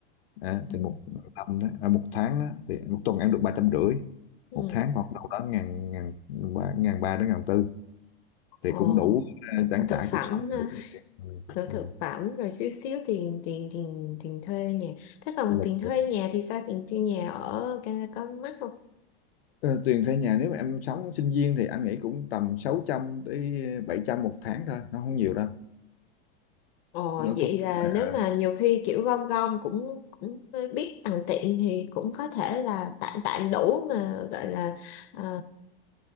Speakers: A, on the left (about 80°); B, on the left (about 30°).
A: à,
B: ừ.
A: thì một năm đó, à, một tháng đó, thì một tuần em được ba trăm rưỡi
B: Ừ.
A: một tháng khoảng đâu đó ngàn ngàn ba ngàn ba đến ngàn tư thì
B: Ồ.
A: cũng đủ ờ, trang
B: Và thực
A: trải
B: phẩm
A: cuộc sống
B: ha
A: đủ một cái- ừ,
B: rồi
A: ừ,
B: thực phẩm rồi xíu xíu tiền tiền tiền tiền thuê nhà thế còn
A: sinh nhật
B: tiền thuê
A: nữa.
B: nhà thì sao tiền thuê nhà ở Canada có mắc không
A: Ờ, tiền thuê nhà nếu mà em sống sinh viên thì anh nghĩ cũng tầm 600 tới 700 một tháng thôi nó không nhiều đâu
B: Ồ
A: nó
B: vậy
A: thuộc
B: là
A: ờ,
B: nếu mà nhiều khi kiểu gom gom cũng cũng biết tằn tiện thì cũng có thể là tạm tạm đủ mà gọi là ờ,